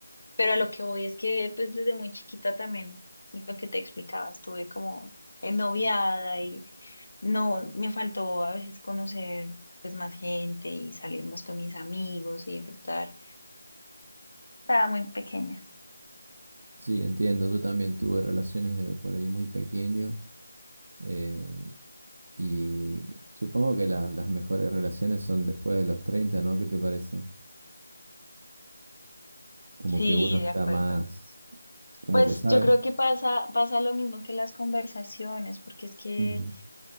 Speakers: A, on the left; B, on the right.
A: pero a lo que voy es que pues, desde muy chiquita también, lo que te explicaba, estuve como ennoviada y no, me faltó a veces conocer pues más gente y salir más con mis amigos y disfrutar. Estaba muy pequeña.
B: Sí, entiendo. Yo también tuve relaciones de por ahí muy pequeño. eh, Y supongo que la- las mejores relaciones son después de los 30 ¿no? ¿Qué te parece? Como
A: Sí,
B: que uno está
A: de acuerdo.
B: más, como
A: Pues
B: que sabe.
A: yo creo que pasa, pasa lo mismo que las conversaciones, porque es que
B: Ujú,